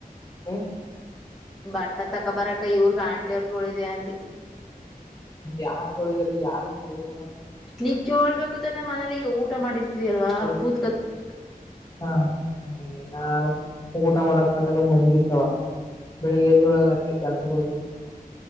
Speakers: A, on the left; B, in the centre.
A: ಹ <inaudible>
B: ಬಟ್ಟ ತಕೊ ಬರಕ ಇವ್ರಗ್ ಆಂಟಿ ಅವ್ರಗ ಒಳಿದಿದೆ ಅಂದಿ <unintelligible>
A: ಯಾರ್ಾರ ಯಾರ್ ಬಿಟ್ಟಾರ <inaudible>
B: ನಿ ಕಳ್ಬೇಕು ತ್ರೆ ಮನಲಿ ಈಗ ಊಟ ಮಾಡಿರ್ತರಿಲ್ವಾ
A: ನಂಗೆ
B: ಕೂತ್ಕತ್ <unintelligible>
A: ಹಾ, ನಾನು ಊಟ ಮಾಡಕ್ ಬಂದಾಗ ಮನ್ಗಿರ್ತವ. ಬೆಳಿಗ್ಗೆ ಎದೊಳಗ ಅ ಕೆಲ್ಸಕ್ಕೆ ಹೋಗಿರ್ತವ.